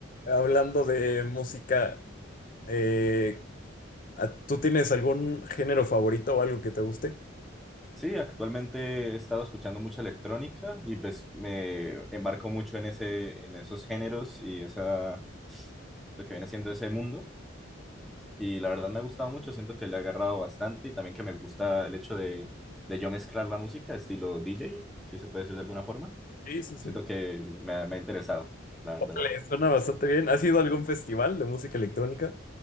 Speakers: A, on the left; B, in the centre.
A: Hablando de música, eh, ¿a- ¿tú tienes algún género favorito o algo que te guste?
B: Sí, actualmente he estado escuchando mucha electrónica y pues me embarco mucho en ese, en esos géneros y esa, lo que viene siendo ese mundo. Y la verdad me ha gustado mucho, siento que le he agarrado bastante y también que me gusta el hecho de, de yo mezclar la música estilo DJ, si se puede decir de alguna forma.
A: Sí, sí, sí.
B: Siento que me ha, me ha interesado, la verdad.
A: Órale, suena bastante bien. ¿Has ido a algún festival de música electrónica?